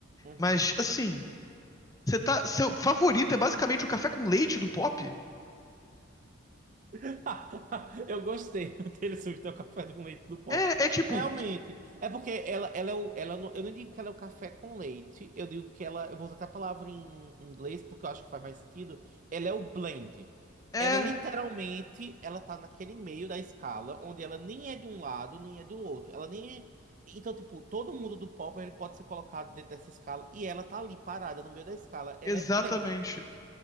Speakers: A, on the right; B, on the left.
A: Uhum.
B: Mas, assim, você tá, seu favorito é basicamente o café com leite do pop?
A: <laughs> Eu gostei do Taylor Swift é o café com leite do pop.
B: É, é tipo,
A: Realmente. É porque ela, ela é o. Ela não, eu não digo que ela é o café com leite. Eu digo que ela. Eu vou usar até a palavra em inglês, porque eu acho que faz mais sentido. Ela é o blend.
B: é,
A: Ela literalmente. Ela tá naquele meio da escala, onde ela nem é de um lado, nem é do outro. Ela nem é. Então, tipo, todo mundo do pop ele pode ser colocado dentro dessa escala. E ela tá ali parada no meio da escala. Ela
B: exatamente.
A: é blend.